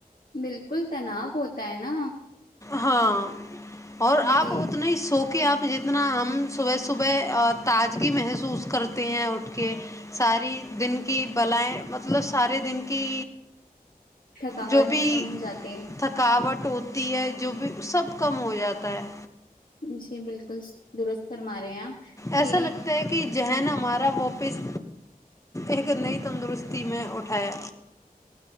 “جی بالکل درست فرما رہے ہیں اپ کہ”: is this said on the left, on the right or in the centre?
Left